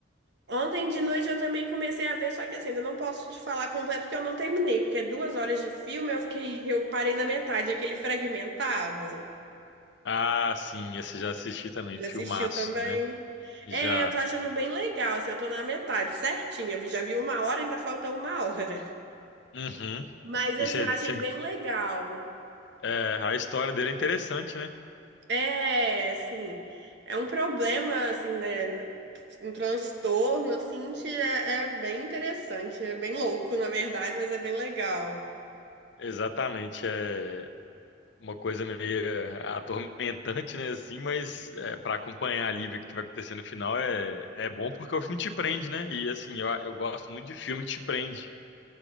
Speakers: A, on the right (about 65°); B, on the left (about 70°).
A: Ontem de noite eu também comecei a ver, só que assim, ainda não posso te falar completo porque eu não terminei, porque é duas horas de filme, eu fiquei, <laughs> eu parei na metade, aquele fragmentado.
B: Ah, sim, esse eu já assisti também,
A: Já
B: filmaço,
A: assistiu também?
B: né? Já.
A: É, eu tô achando bem legal, assim, eu tô na metade, certinha. Eu Já vi uma hora, ainda falta uma hora.
B: Uhum.
A: <laughs> Mas
B: E
A: assim,
B: cê-
A: eu achei
B: cê-
A: bem legal.
B: é, a história dele é interessante, né?
A: É, assim, é um problema, assim, né? Um transtorno, assim, que é é bem interessante, é bem louco, na verdade, mas é bem legal.
B: Exatamente. É, uma coisa meio eh, atormentante, né, assim, mas é, para acompanhar ali, ver o que vai acontecer no final é, é bom porque o filme te prende, né? E assim, eu, eu gosto muito de filme que te prende,